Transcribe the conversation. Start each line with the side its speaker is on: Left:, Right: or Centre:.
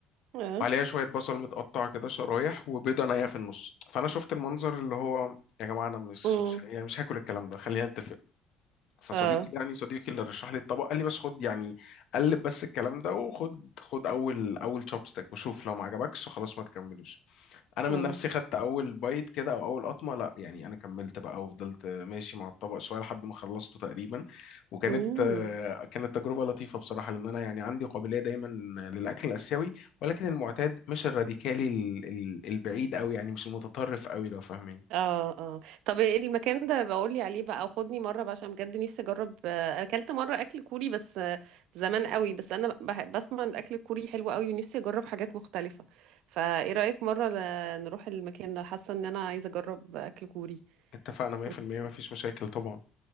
Right: اه
Left: وعليها شوية بصل متقطع كده شرايح وبيضة نية في النص فأنا شفت المنظر اللي هو يا جماعة أنا مش
Right: مم،
Left: مش يعني مش هاكل الكلام ده خلينا نتفق فصديقي
Right: اه
Left: يعني صديقي اللي رشح لي الطبق قال لي بس خد يعني قلب بس الكلام ده وخد خد اول اول تشوبستيك وشوف لو ما عجبكش خلاص ما تكملوش انا من
Right: مم.
Left: نفسي خدت اول بايت كده او اول قطمه لا يعني انا كملت بقى وفضلت ماشي مع الطبق شويه لحد ما خلصته تقريبا وكانت
Right: امم
Left: آه، كانت تجربه لطيفه بصراحه لان انا يعني عندي قابليه دايما للاكل الاسيوي ولكن المعتاد مش الراديكالي ال- ال- البعيد قوي يعني مش المتطرف قوي لو فاهماني
Right: اه اه طب ايه المكان ده بقولي عليه بقى او خدني مره بقى عشان بجد نفسي اجرب آه، انا اكلت مره اكل كوري بس آه، زمان قوي بس انا بح- بسمع ان الاكل الكوري حلو قوي ونفسي اجرب حاجات مختلفه فايه رايك مره ل- نروح المكان ده حاسه ان انا عايزه اجرب اكل كوري
Left: اتفقنا 100%
Right: وت-
Left: مفيش مشاكل طبعا